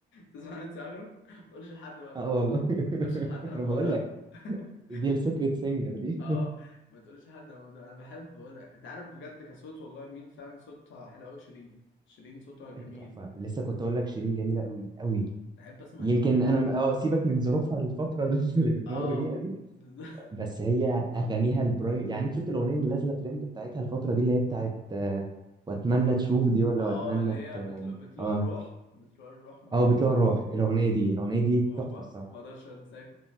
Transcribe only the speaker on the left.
تسمعني انت عجب ما تقولش لحد بقى طارق
ما تقولش لحد على
الموضوع
ده <laughs>
اه ما تقولش لحد على الموضوع انا بحب بقول لك، انت عارف بجد كصوت والله مين فعلا صوتها حلو قوي شيرين شيرين صوتها جميل
بحب اسمع
شيرين جدا
اه
<laughs> بالظبط
اه
اللي هي
بتلو... بتلوع
الروح بتلوع الروح ما
ما
ما-
ما اقدرش انساك